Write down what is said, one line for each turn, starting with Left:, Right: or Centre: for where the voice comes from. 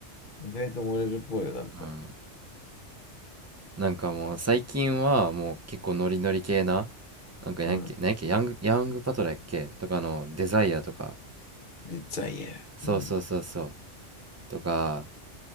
Left: 意外と漏れるっぽいよ、なんか。
Right: うんなんかもう最近はもう結構ノリノリ系ななんかやんけ、
Left: うん。
Right: なんやっけ、ヤング、ヤングパトラやっけとかのデザイアとか
Left: で、デザイエうん。
Right: そうそうそうそうとか